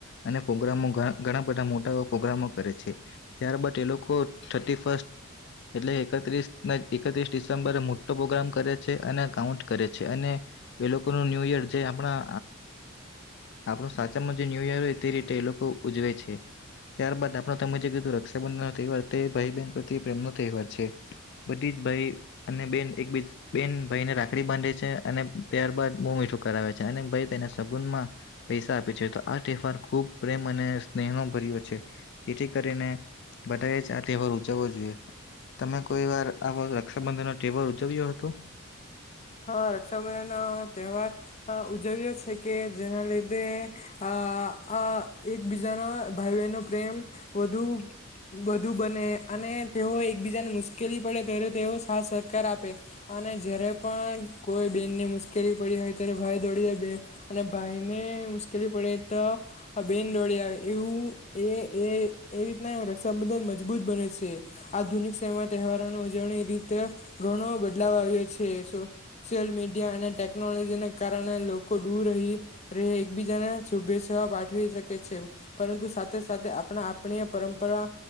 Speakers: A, on the left; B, on the left.
A: અને પ્રોગ્રામો ઘણા બધા મોટા એવા પ્રોગ્રામો કરે છે ત્યારબાદ એ લોકો થર્ટી ફસ્ટ એટલે એકત્રીસ ન એકત્રીસ ડિસેમ્બરે મોટો પ્રોગ્રામ કરે છે અને કાઉન્ટ કરે છે અને એ લોકો નો ન્યુયર જે આપણા આપણું સાચામાં જે ન્યૂ યર હોય તે રીતે એ લોકો ઉજવે છે ત્યારબાદ આપણો તમે જે કીધું રક્ષાબંધનનો તહેવાર તે ભાઈ બહેન પ્રત્યે પ્રેમનો તહેવાર છે બધી જ ભાઈ અને બેન એકબી બેન ભાઈને રાખડી બાંધે છે અને ત્યારબાદ મો મીઠું કરાવે છે અને ભાઈ તેને સગુનમાં પૈસા આપે છે તો આ તહેવાર ખૂબ પ્રેમ અને સ્નેહનો ભર્યો છે જેથી કરીને બધાએ જ આ તહેવાર ઉજવવો જોઈએ તમે કોઈ વાર આવો રક્ષાબંધન નો તહેવાર ઉજવ્યો હતો
B: હા રક્ષાબંધન નો તહેવાર અ ઉજવ્યો છે કે જેના લીધે આ આ આ એકબીજાના ભાઈ બહેનો પ્રેમ વધુ વધુ બને અને તેઓ એકબીજાને મુશ્કેલી પડે ત્યારે તેઓ સાથ સહકાર આપે અને જ્યારે પણ કોઈ બેનને મુશ્કેલી પડી હોય ત્યારે ભાઈ દોડી જાય બે અને ભાઈને મુશ્કેલી પડી આપડે તો બેન દોડી આવે એવું એ એ એ રીતના રક્ષાબંધન મજબૂત બને છે આધુનિક સમયમાં તહેવારોની ઉજવણી રીતે ઘણો બદલાવ આવ્યો છે સોશિયલ મીડિયા અને ટેકનોલોજીને કારણે લોકો દૂર રહી રહે એકબીજાને શુભેચ્છા પાઠવી શકે છે પરંતુ સાથે સાથે આપણા આપણી પરંપરા